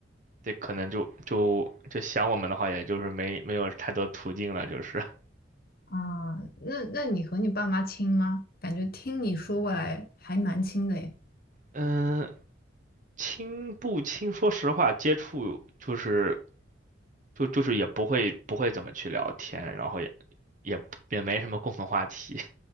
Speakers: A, on the right; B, on the left.
A: 这可能就就就想我们的话，也就是没没有太多途径了，就是
B: 啊，那那你和你爸妈亲吗？感觉听你说过来还蛮亲的诶。
A: 嗯，亲不亲，说实话，接触就是就就是也不会不会怎么去聊天，然后也也也没什么共同话题。